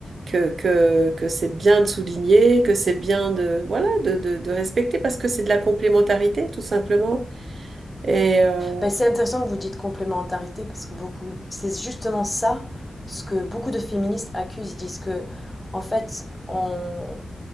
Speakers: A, on the right; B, on the left.
A: que, que, que c'est bien de souligner, que c'est bien de, voilà, de, de, de respecter parce que c'est de la complémentarité, tout simplement. Et euh,
B: Ben, c'est intéressant que vous dites complémentarité parce que beaucoup, c'est justement ça ce que beaucoup de féministes accusent. Ils disent que, en fait, on,